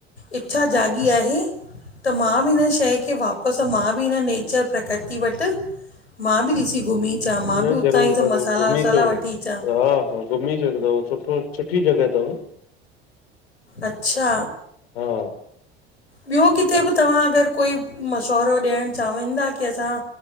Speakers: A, on the left; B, on the left.
A: इच्छा जाॻी आहे। त मां बि हिन शंइ खे वापसि, मां बि हिन नेचर प्रकृति वटि मां बि ॾिसी घुमी चां, मां
B: न
A: बि उतांई
B: ज़रूर
A: जा
B: ज़रूर
A: मसाला
B: घुमी
A: वसाला
B: अचो
A: वठी चां।
B: हा हा घुमी चो हिकु दफो, सुठो सुठी जॻह तव।
A: अच्छा?
B: हा।
A: ॿियो किथे बि तव्हां अगर कोई मशवरो ॾियवण चावींदा की असां